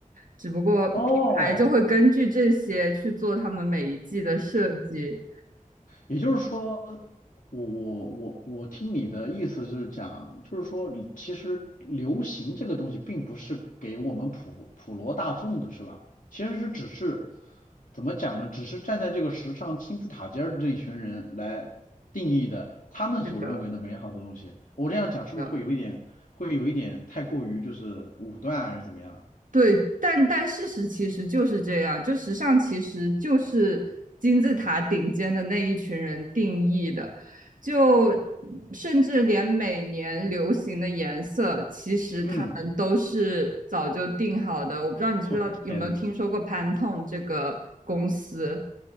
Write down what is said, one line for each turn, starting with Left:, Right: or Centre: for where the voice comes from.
Right: 只不过品牌就会根据这些去做他们每一季的设计。
Left: 哦，也就是说，我我我我听你的意思就是讲，就是说你，其实流行这个东西并不是给我们普普罗大众的，是吧？其实是只是怎么讲呢？只是站在这个时尚金字塔尖儿的这一群人来定义的，他们所认为的美好的东西。
Right: 是的，
Left: 我这样讲是不是会有一点，
Right: 是的。
Left: 会有一点太过于就是武断还是怎么样？
Right: 对，但但事实其实就是这样，就时尚其实就是金字塔顶尖的那一群人定义的，就甚至连每年流行的颜色，其实他们都是早就定好的。
Left: 嗯，
Right: 我不知道你知不知道有没有听说过
Left: 我天呐，
Right: Pantone 这个公司，